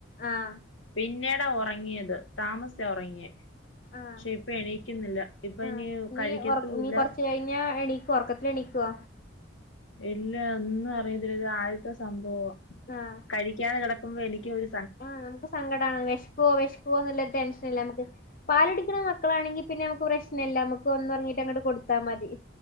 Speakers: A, on the left; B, on the left.
A: ആഹ
B: പിന്നീടാ ഒറങ്ങിയത് താമസിച്ചാ ഒറങ്ങിയെ
A: ആഹ്
B: പക്ഷെ ഇപ്പണീക്കുന്നില്ല ഇപ്പനി
A: ആഹ് ഇനി
B: കഴിക്കത്തുല്ലാ
A: ഒറ ഇനി കൊറച്ച് കഴിഞ്ഞാ എണീ ഒറക്കത്തിൽ എണിക്കോ
B: ഇല്ല ഒന്നും അറിയതില്ല ഇത്ആദ്യത്തെ സംഭവാ
A: ആഹ
B: കഴിക്കാതെ കിടക്കുമ്പോ എനിക്കൊരു
A: ആ നമുക്ക് സങ്കടാണ് വെഷ്ക്കൊ വെഷ്കൊന്നള്ള ടെൻഷനല്ലെ നമ്മക്ക് പാലുടിക്കുന്ന മക്കളാണെങ്കിൽ പിന്നെ മുക്ക് പ്രശ്നല്ല മക്ക് ഒന്നുറങ്ങിട്ട് കൊടുത്താ മതി